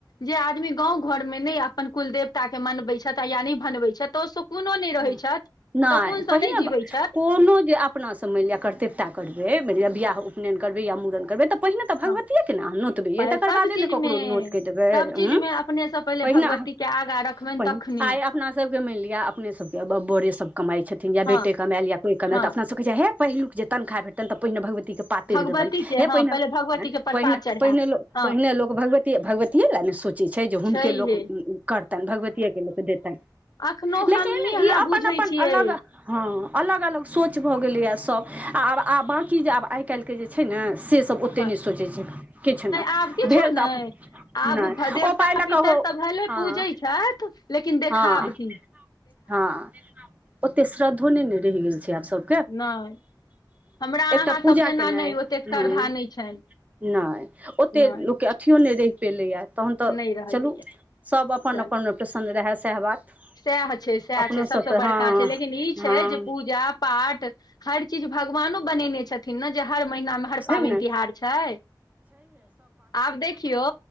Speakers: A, on the left; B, on the right.
A: जे आदमी गाँव घरमे नहि अपन कुल देवताे मनबैत छथि या नहि बनबैत छथि तऽ सुकूनो ओ नहि रहै
B: हँ
A: छथि
B: नहि
A: शकुनसँ
B: पहिने
A: जीवै छथि
B: कोनो जे अपनासँ मनी लिअ कतव्यता करै मि लिअ बिह उपन करबै या म मुड़न करबै तऽ पहिने तऽ
A: हँ
B: भगवतियेके ने अहाँ नोतबियै तकर
A: सभ
B: बादे
A: चीजमे
B: ने ककरो नोत कऽ देबैँ
A: सभ चीजमे अपनेसँ पहिले
B: पहिने
A: भगवतीके
B: अहाँ
A: आगाँ रखबनि
B: प
A: तखने
B: आइ अपना सबके मानि लिअ अपने सबके बड़े सभ कमाइत छथिन या
A: हँ
B: बेटे कमाायल या कोइ कमायल
A: हँ
B: तऽ अपनासभ कहै छै हे पहिलुक जे तनखा भेटल रहे पहिने भगवती पातरि
A: भगवती
B: देबनि
A: के
B: हे
A: हँ
B: पहिने
A: पहिले भगवती के प्रसाद
B: पहि
A: चढ़ायब
B: पहिने
A: हँ
B: पहिने लोक भगवती भगवतिये लए ने सोचै छै जे
A: छैहे
B: हुनके लोक करतनि भगवतियेके लोक देतनि
A: अखनोहु
B: लेकिन
A: हमहीँ अहाँ
B: ई अपन
A: बुझै
B: अपन
A: छियै
B: अलग हँ अलग अलग सोच भऽ गेलैएा सभ आ आब आब बाकी जे आब आइ आइकाल्हिके जे छै ने से सब ओते
A: हँ
B: नहि सोचै छै किछु नहि
A: आब किछो
B: भेल
A: नहि
B: तऽ अपन
A: आब
B: नहि
A: देवता
B: ओ पाइ लऽ
A: पितर
B: कऽ हो
A: त भले
B: हँ
A: पूजैत छथि लेकिन देखाबटी
B: हँ हँ ओते श्रद्धो नहि ने रहि गेल छै आब सब
A: नहि हमरा
B: एकटा
A: अहाँसभ
B: पूजा
A: जेना
B: केनाइ
A: नहि ओतेक
B: हँ
A: श्रद्धा नहि छनि
B: नहि ओत
A: नहि
B: लोक अथीऔने रह पेलैए तहन त
A: नहि रहलैया
B: चलू सब अपन
A: चलू
B: अपन प्रसन्न रहए सएह बात
A: सएह छै सएह
B: अपनो
A: छै सबस
B: सभके
A: बड़का
B: हँ
A: छै लेकिन ई छै
B: हँ
A: जे पूजा पाठ हर चीज भगवानो बनेने छथि न ने जे हर महीनामे हर
B: छै
A: पाबनि
B: ने
A: तिहार छै आब देखियौ